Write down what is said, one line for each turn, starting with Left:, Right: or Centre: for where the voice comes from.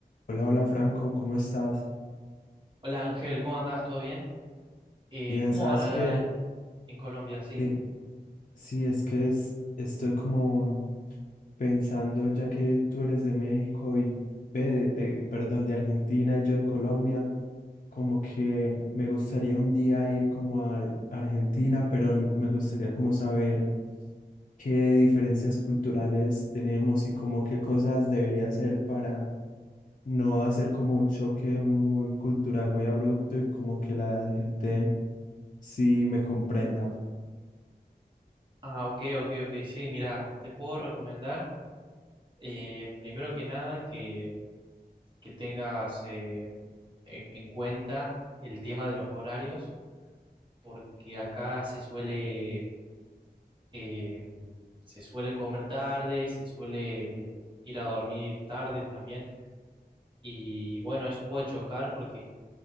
Left: Hola, hola Franco, ¿cómo estás?
Right: Hola Ángel, ¿cómo andás? ¿Todo bien? Eh,
Left: Bien,
Right: ¿cómo
Left: ¿sabes
Right: van allá
Left: qué?
Right: en, en Colombia? Sí.
Left: Sí, sí, es que es- estoy como pensando, ya que tú eres de México y ve, de, de- perdón, de Argentina y yo de Colombia, como que me gustaría un día ir como a Ar- Argentina, pero n- me gustaría como saber qué diferencias culturales tenemos y como qué cosas debería hacer para no hacer como un choque muy cultural, muy abrupto y como que la gente si me comprenda.
Right: Ah, ok, ok, ok. Sí, mira, te puedo recomendar, eh, primero que nada, que, que tengas eh, e- en cuenta el tema de los horarios, porque acá se suele, eh, se suele comer tarde, se suele ir a dormir tarde también, y bueno, eso puede chocar porque